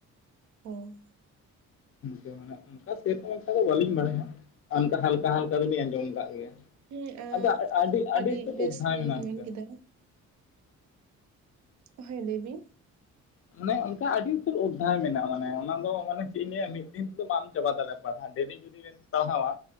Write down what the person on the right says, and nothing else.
ᱚ᱾
ᱦᱮᱸ ᱟᱸ
ᱟᱹᱰᱤ
ᱵᱮᱥ
ᱵᱤᱱ
ᱢᱮᱱ ᱠᱮᱫᱟ ᱦᱚᱸᱭ ᱞᱟᱹᱭ ᱵᱤᱸ᱾
ᱦᱮᱸ